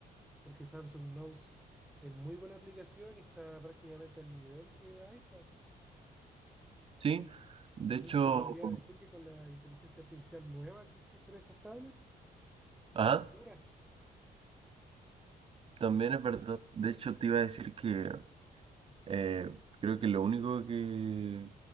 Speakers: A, in the centre; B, on the right (about 35°).
A: porque Samsung Notes es muy buena aplicación y está prácticamente al nivel que iPad.
B: Sí, de
A: Incluso
B: hecho,
A: te podría decir que con la inteligencia artificial nueva que existe en estas tablets,
B: ajá,
A: mejora.
B: también es verdad. De hecho, te iba a decir que Eh, creo que lo único que,